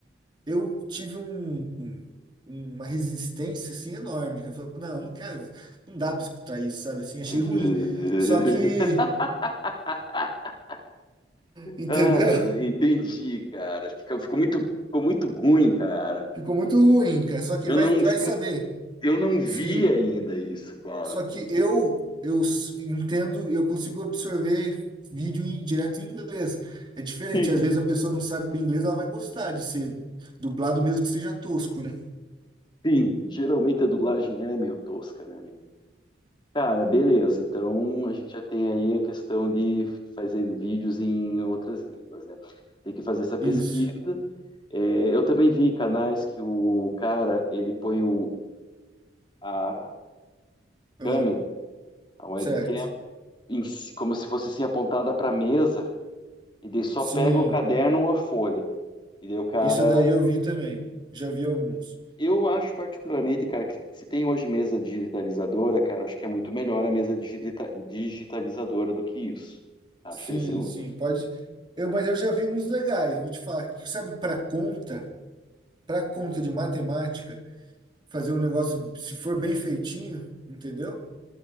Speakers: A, on the right; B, on the left.
A: eu tive um, um- uma resistência assim enorme. que Eu falei, não, não quero, não dá para escutar isso, sabe? Assim, achei
B: <laughs>
A: ruim. Só que, entendeu?
B: Ai,
A: <laughs>
B: entendi, cara. Fica- ficou muito, ficou muito ruim, cara.
A: Ficou muito ruim, cara. Só que
B: Eu
A: vai,
B: não
A: vai
B: escu-
A: saber
B: eu não vi
A: se.
B: ainda isso, cara.
A: Só que eu eu s- entendo, eu consigo absorver vídeo em, direto em inglês. É diferente.
B: Sim,
A: Às vezes a pessoa não sabe inglês, ela vai gostar de ser dublado mesmo que seja tosco, né?
B: sim, geralmente a dublagem é meio tosca, né, meu? Cara, beleza. Então a gente já tem aí a questão de fazer vídeos em outras línguas, né? Tem que fazer essa pesquisa.
A: Isso.
B: É, eu também vi canais que o cara, ele põe o, a
A: Ah,
B: câmera, a webcam,
A: certo.
B: em si- como se fosse assim apontada para a mesa, e daí só
A: Sim.
B: pega o caderno ou a folha. E daí o cara,
A: Isso daí eu vi também. Já vi alguns.
B: eu acho particularmente, cara, que se tem hoje mesa digitalizadora, cara, acho que é muito melhor a mesa digita- digitalizadora do que isso. Acho
A: Sim,
B: esse. o-
A: sim, pode. Eu, mas eu já vi uns legais, vou te falar. que, Sabe, para conta, para conta de matemática, fazer um negócio, se for bem feitinho, entendeu?